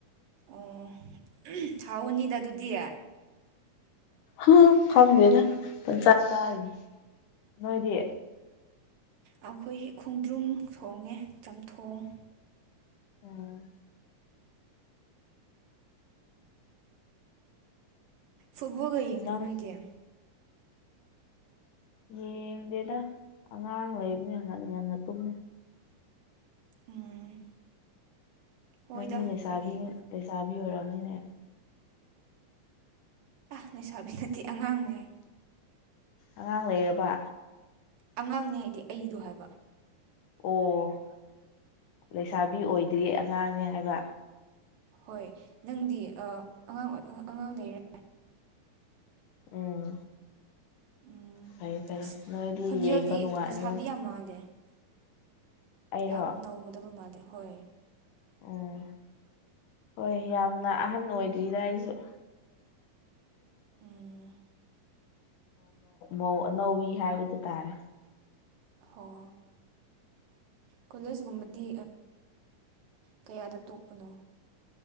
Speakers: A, on the right; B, on the left.
A: ꯑꯣ ꯍꯥꯎꯒꯅꯤꯗ ꯑꯗꯨꯗꯤ
B: ꯍ ꯈꯪꯗꯦꯗ ꯄꯪꯆꯥ ꯆꯥꯔꯤ ꯅꯣꯏꯗꯤ
A: ꯑꯩꯈꯣꯏꯒꯤ ꯈꯣꯡꯗ꯭ꯔꯨꯝ ꯊꯣꯡꯉꯦ ꯆꯝꯊꯣꯡ
B: ꯑꯣ
A: ꯐꯨꯠꯕꯣꯜꯒ ꯌꯦꯡꯗ꯭ꯔꯣ
B: ꯅꯪ
A: ꯅꯣꯏꯗꯤ
B: ꯌꯦꯡꯗꯦꯗ ꯑꯉꯥꯡ ꯂꯩꯕꯅꯦ ꯉꯟꯅ ꯉꯟꯅ ꯇꯨꯝꯃꯦ
A: ꯎꯝ ꯍꯣꯏꯗ
B: ꯅꯪꯗꯤ ꯂꯩꯁꯥꯕꯤꯅꯤ
A: ꯀꯔꯤ
B: ꯂꯩꯁꯥꯕꯤ ꯑꯣꯏꯔꯝꯅꯤꯅꯦ
A: ꯑꯥ ꯂꯩꯁꯥꯕꯤ ꯅꯠꯇꯦ ꯑꯉꯥꯡꯅꯦ
B: ꯑꯉꯥꯡ ꯂꯩꯔꯕ
A: ꯑꯉꯥꯡꯅꯦ ꯍꯥꯏꯗꯤ ꯑꯩꯗꯣ ꯍꯥꯏꯕ
B: ꯑꯣ ꯂꯩꯁꯥꯕꯤ ꯑꯣꯏꯗ꯭ꯔꯤ ꯑꯉꯥꯡꯅꯦ ꯍꯥꯏꯕ
A: ꯍꯣꯏ ꯅꯪꯗꯤ ꯑꯉꯥꯡ ꯑꯉꯥꯡ ꯂꯩꯔꯦ
B: ꯎꯝ
A: ꯎꯝ
B: ꯐꯩ ꯐꯩ
A: ꯑꯁ
B: ꯅꯣꯏꯗꯤ
A: ꯈꯣꯟꯖꯦꯜꯗꯤ
B: ꯌꯦꯡꯕ ꯅꯨꯡꯉꯥꯏꯅꯨ
A: <unintelligible>
B: ꯑꯩꯔꯣ
A: ꯌꯥꯝ ꯅꯧꯒꯗꯕ ꯃꯥꯜꯂꯦ ꯍꯣꯏ
B: ꯎꯝ ꯍꯣꯏ ꯌꯥꯝꯅ ꯑꯍꯟ ꯑꯣꯏꯗ꯭ꯔꯤꯗ ꯑꯩꯁꯨ
A: ꯎꯝ
B: ꯃꯧ ꯑꯅꯧꯕꯤ ꯍꯥꯏꯕꯗꯨ ꯇꯥꯔꯦ
A: ꯍ <unintelligible> ꯀꯣꯂꯦꯁꯒꯨꯝꯕꯗꯤ ꯀꯌꯥꯗ ꯇꯣꯛꯄꯅꯣ